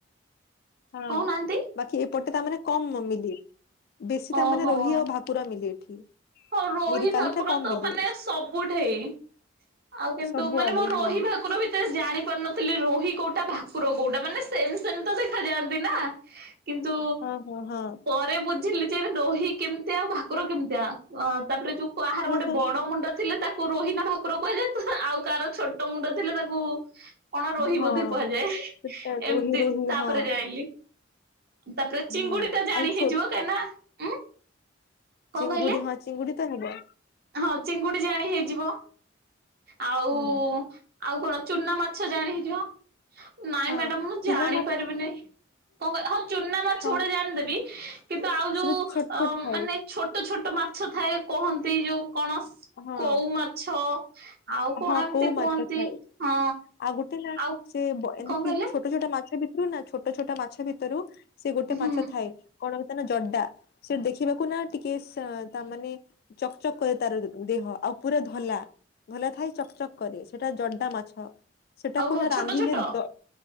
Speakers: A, on the left; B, on the right.
A: ହଁ
B: କହୁନାହାନ୍ତି
A: ବାକି ଏପଟେ ତାମାନେେ କମ ନମିଲିବ ବେଶୀ ତାମାନେେ
B: ଓହୋ।
A: ରୋହି ଆଉ ଭା ପୁରା ମିିଲ ଏଠି।
B: ହଁ ରୋହି
A: ମିରିକାଲି
B: ଭାକୁର
A: ଟା କମ
B: ତ
A: ମିଲେ
B: ମାନେ ସବୁଠେଇ ଆଉ କିନ୍ତୁ
A: ସବୁଆଡେ
B: ମାନେ ମୋ ରୋହି
A: ହଁ
B: ଭାକୁର ବି ତେ ଜାଣି ପାରୁନଥିଲି ରୋହି କୋଉଟା ଭାକୁର କୋଉଟା ମାନେ ସେମ ସେମି ତ ଦେଖା ଯାଆନ୍ତି ନା। କିନ୍ତୁ
A: ହଁ ହଁ
B: ପରେ ବୁଝିଲି ଯେ ଦହି କେମିତି ଆଉ ଭାକୁର କେମିତିଆ ତାପରେ ଯୋଉ କାହାର ଗୋଟେ
A: ହଁ
B: ବଡ ମୁଣ୍ଡ ଥିଲେ ତାକୁ ମୁଁ ରୋହିନା ଭାକୁର କହିଲେ, ତୁ ଆଉ କାହାର ଛୋଟ ମୁଣ୍ଡ ଥିଲେ ତାକୁ କଣ ରୋହି
A: ହଁ
B: ବୋଧେ କୁହାଯାଏ,
A: ସେଟା
B: ଏମିତି
A: ରୋହି ରୋହି
B: ତାପରେ
A: ହଁ
B: ଯାଇ ଲି। ତା ପରେ ଚିଙ୍ଗୁଡି
A: ହୁଁ
B: ଟା ଜାଣି
A: ଆଉ ଛୋ
B: ହେଇଯିବ, କାଇଁ ନା ଉଁ କଣ
A: ଚିଙ୍ଗୁଡି,
B: କହିଲେ
A: ହଁ ଚିଙ୍ଗୁଡି ତ ହେବ।
B: ହଁ ଚିଙ୍ଗୁଡି ଜାଣି ହେଇଯିବ। ଆଉ,
A: ହୁଁ
B: ଆଉ କଣ ଚୁନା ମାଛ ଜାଣି ହେଇଯିବ। ନାଇଁ
A: ହଁ
B: ମ୍ୟାଡାମ୍ ମୁଁ ଜାଣିପାରିବିିନି।
A: ଚୁନା ମା
B: କଣ କ? ହଁ ଚୁନା ମାଛ
A: ହଁ
B: ଗୁଡା ଜାଣିଦେବି, କିନ୍ତୁ ଆଉ ଯୋଉ
A: ସେଟା ଛୋଟ ଛୋଟ
B: ଅ
A: ଥାଏ
B: ମାନେ ଛୋଟ ଛୋଟ ମାଛ ଥାଏ, କହନ୍ତି ଯୋଉ କଣ
A: ହଁ
B: କଉ ମାଛ ଆଉ କଣ
A: ହଁ
B: ଏମିତି
A: କୋଉ
B: କୁହନ୍ତି,
A: ମାଛ ଥାଏ
B: ହଁ।
A: ଆଉ ଗୋଟେ ନା
B: ଆଉ
A: ସେ ବ ଏମିତି
B: କଣ କହିଲେ
A: ଛୋଟ ଛୋଟ ମାଛ ଭିତରୁ ନା, ଛୋଟ ଛୋଟ ମାଛ ଭିତରୁ ସେ ଗୋଟେ
B: ହୁଁ
A: ମାଛ ଥାଏ। କଣ କଥ୍ନା ଜଡା, ସେ ଦେଖିବାକୁ ନା ଟିକେ ସେ ତା ମାନେ ଚକ୍ ଚକ୍ କରେ ତାର୍ ଦେହ, ଆଉ ପୁରା ଧଲା, ଧଲା ଥାଏ ଚକ୍ ଚକ୍ କରେ, ସେଟା ଜଡା ମାଛ। ସେଟାକୁ
B: ଓହୋ
A: ନା ରାନ୍ଧିଲେ
B: ଛୋଟ ଛୋଟ
A: ଦ